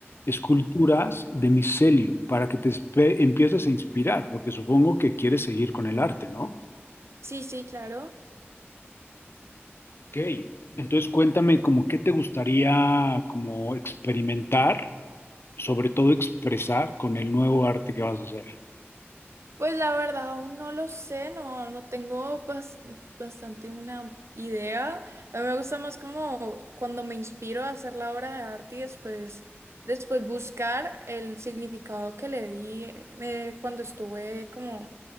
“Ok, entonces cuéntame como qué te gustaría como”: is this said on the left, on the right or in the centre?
Left